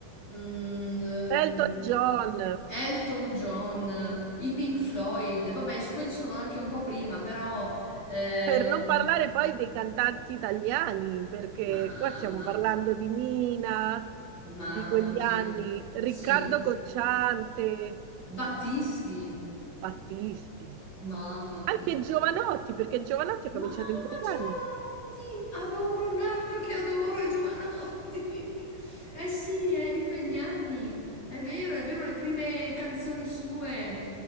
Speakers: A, on the left (about 40°); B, on the right (about 90°).
A: mm, ehm,
B: Elton John.
A: Elton John, i Pink Floyd, vabbè, s- quelli sono anche un po' prima, però ehm,
B: Per non parlare poi dei cantanti italiani, perché
A: mamma,
B: qua stiamo parlando di Mina,
A: mamma
B: di quegli
A: mia.
B: anni, Riccardo
A: Sì,
B: Cocciante,
A: Battisti,
B: Battisti,
A: mamma mia.
B: anche Giovanotti, perché Giovanotti
A: Mamma
B: ha cominciato in quegli
A: Giovanotti,
B: anni.
A: adoro un altro che adoro è Giovanotti. <laughs> Eh sì, è di quegli anni. È vero, è vero, le prime canzoni sue.